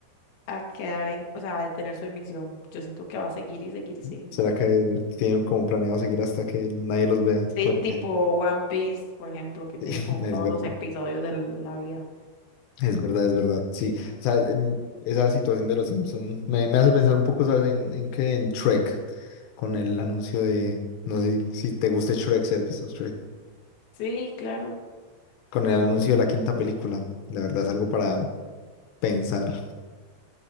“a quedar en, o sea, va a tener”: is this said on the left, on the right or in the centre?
Left